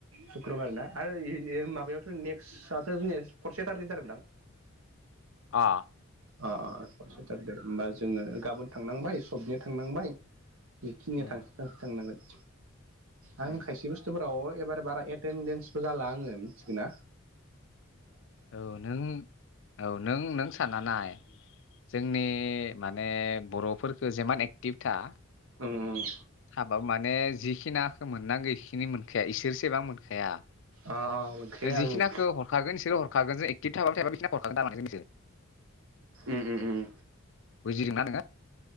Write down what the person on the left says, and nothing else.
अ।
उम
उम
औ नों औ नों नों सानना नाय। जोंनि माने बर'फोर खो जिमान एक्टिभ था।
थाबाबो माने जिखिनाखौ मोननांगौ इखिनि मोन खाया इसोरसेबां मोनखाया
जिखिनाखौ
हरखागोन इसोरो हरखागोन जों। <unintelligible>
बुजिदों ना नोङो?